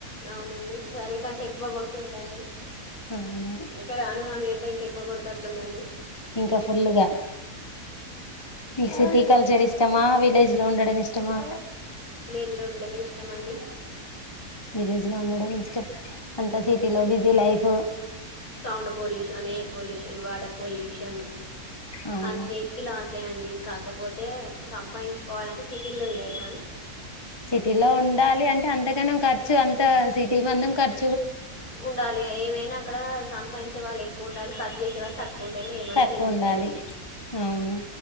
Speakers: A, on the left (about 65°); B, on the left (about 15°).
A: అవునండి చలీ కంటే ఎక్కువ కొడుతుందండి
B: అవును
A: ఇంకా రాను రాను ఎండ ఇంకా ఎక్కువ కొడతట్టు ఉందండి
B: ఇంకా ఫుల్లుగా మీకు సిటీ కల్చర్ ఇష్టమా విలేజ్ లో ఉండడం ఇష్టమా
A: ఇలో ఉండడమే ఇష్టం అండి
B: విలేజ్ లో ఉండడమే ఇష్టం. అంతా సిటీలో busy life.
A: Sound pollution air pollution, water pollution
B: అవును
A: అన్నిటికి లాసే అండి. కాకపోతే సంపాయిచ్చుకొలంటే సిటీల్లో లే గానీ
B: సిటీలో ఉండాలి అంటే అంతకనం ఖర్చు అంత సిటీ మందం ఖర్
A: ఉండాలి ఏవైనా అక్కడ సంపాదించే వాళ్ళు ఎక్కువ ఉండాలి. ఖర్చు చేసే వాళ్ళు తక్ ఉంటనే ఏమన్నా
B: తక్కువ
A: మిగుల్తాయండి.
B: ఉండాలి అవును